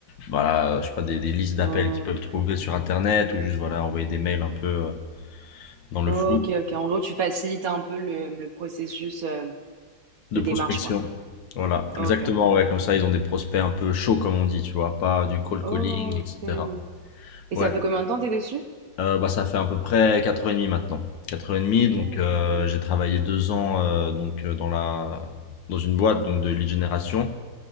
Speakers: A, on the left (about 75°); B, on the right (about 55°).
A: voilà, je sais pas, des, des listes d'appels
B: Ok.
A: qu'ils peuvent trouver sur Internet ou juste, voilà, envoyer des mails un peu euh, dans le
B: Ok,
A: flou.
B: ok. En gros, tu facilites un peu le, le processus euh,
A: De
B: de
A: prospection.
B: démarche, quoi.
A: Voilà,
B: Ok.
A: exactement, ouais, comme ça, ils ont des prospects un peu chauds, comme on dit, tu vois, pas du cold
B: Ok.
A: calling, etc.
B: Et
A: Ouais,
B: ça fait combien de temps t'es dessus?
A: Euh, bah, ça fait à peu près 4 ans et demi maintenant. quatre ans et demi,
B: Ok.
A: donc euh, j'ai travaillé 2 ans euh, donc, euh, dans la... dans une boîte donc, de lead génération